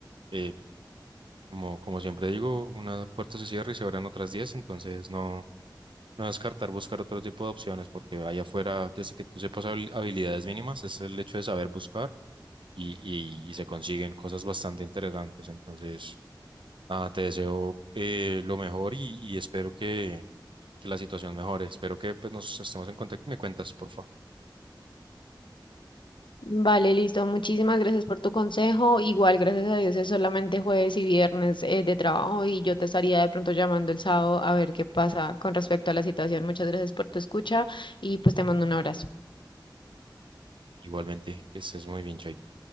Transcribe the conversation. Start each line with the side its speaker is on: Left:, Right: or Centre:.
Right: Eh, como, como siempre digo, una puerta se cierra y se abren otras 10 entonces no, no descartar buscar otro tipo de opciones porque allá afuera, desde que tú sepas habil- habilidades mínimas, es el hecho de saber buscar y, y, y se consiguen cosas bastante interesantes. Entonces, nada, te deseo eh, lo mejor y, y espero que que la situación mejore. Espero que pues, nos estemos en contacto y me cuentas, porfa.
Left: Vale, listo. Muchísimas gracias por tu consejo. Igual, gracias a Dios, es solamente jueves y viernes eh, de trabajo y yo te estaría de pronto llamando el sábado a ver qué pasa con respecto a la situación. Muchas gracias por tu escucha y pues te mando un abrazo.
Right: Igualmente, que estés muy bien, Chaito.